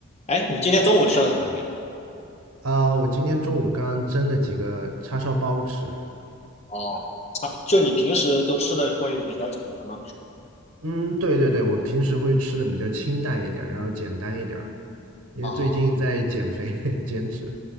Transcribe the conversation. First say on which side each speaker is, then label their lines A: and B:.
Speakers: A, on the left; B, on the right.
A: 哎，你今天中午吃了什么
B: 啊，我今天中午刚蒸了几个叉烧包吃。
A: 哦啊，就你平时都吃的会比较简单吗？
B: 嗯，对对对，我平时会吃的比较清淡一点儿，然后简单一点儿，因为最近在减肥
A: 哦，
B: <laughs> 减脂。